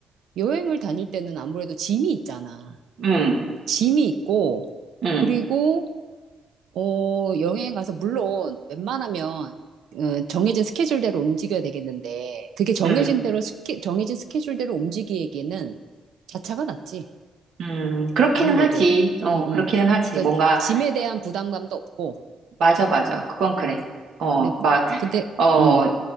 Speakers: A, on the right; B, on the right.
A: 여행을 다닐 때는 아무래도 짐이 있잖아.
B: 음,
A: 짐이 있고,
B: 음,
A: 그리고 어, 여행 가서, 물론, 웬만하면, 어, 정해진 스케줄대로 움직여야 되겠는데, 그게 정해진
B: 음,
A: 대로, 스케, 정해진 스케줄대로 움직이기에는 자차가 낫지.
B: 음, 그렇기는
A: 아무래도.
B: 하지. 어,
A: 응, 응.
B: 그렇기는 하지.
A: 그러니까,
B: 뭔가
A: 짐에 대한 부담감도 없고,
B: 맞아, 맞아.
A: 응,
B: 그건 그래.
A: 응.
B: 어,
A: 근데,
B: 막,
A: 근데,
B: 어,
A: 응.